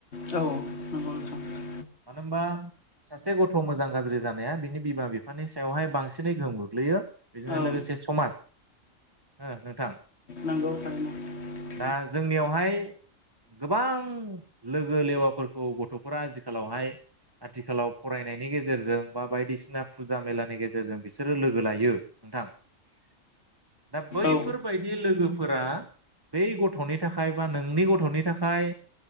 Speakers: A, on the left; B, on the right.
A: औ नंगौ
B: <inaudible>
A: नोंथां
B: मानो होमबा सासे गथ' मोजां गाज्रि जानाया बिनि बिमा बिफानि सायावहाय बांसिनै गोहोम गोग्लैयो बिदिनो
A: औ
B: लोगोसे समाज हो नोंथां
A: नोंगौ <unintelligible>
B: दा जोंनियावहाय गोबां लोगो लेवाफोरखौ गथ'फोरा आजिखालावहाय आथिखालाव फरायनायनि गेजेरजों बा बायदिसिना फुजा मेलानि गेजेरजों बिसोरो लोगो लायो नोंथा <inaudible> दा बैफोरबायदि
A: औ
B: लोगो फोरा बै गथ'नि थाखाय बा नोंनि गथ'नि थाखाय